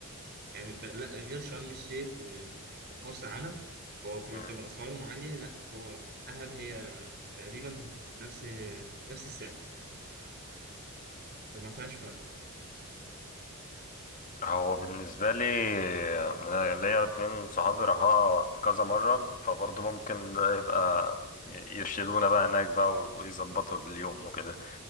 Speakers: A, on the right; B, on the left.
A: يعني ب- لا غير شرم الشيخ ومرسى علم هو بتبقى
B: مم.
A: أسعارهم عالية لا هو دهب هي تقريبا نفس نفس السعر فما فيهاش فرق
B: هو بالنسبة لي أنا ليا اتنين صحابي راحوها كذا مرة فبرضه ممكن بقى يبقى يرشدونا بقى هناك بقى ويظبطوا اليوم وكده